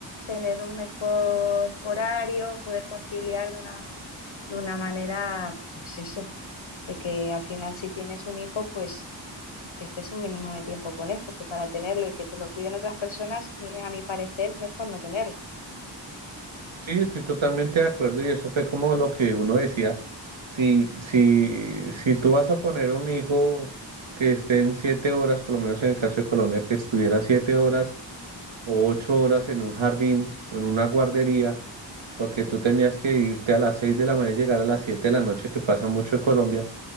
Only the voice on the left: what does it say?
tener un mejor horario, poder conciliar de una, de una manera, pues eso, de que al final si tienes un hijo, pues que estés un mínimo de tiempo con él, porque para tenerlo y que te lo cuiden otras personas, mi- a mi parecer, mejor no tenerlo.